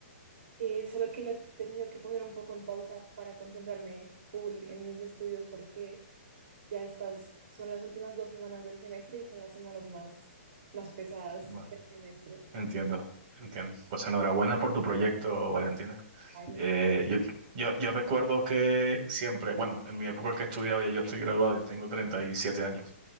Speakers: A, on the right; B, on the right.
A: Eh, solo que lo he tenido que poner un poco en pausa para concentrarme full en mis estudios porque ya estas son las últimas dos semanas del semestre y son las semanas más, más pesadas
B: Vale,
A: del semestre.
B: entiendo, entiendo. Pues enhorabuena por tu proyecto, Valentina.
A: Hay muchas
B: Eh, yo, yo, yo recuerdo que siempre, bueno, en mi época que estudiaba, yo estoy graduado, yo tengo 37 años.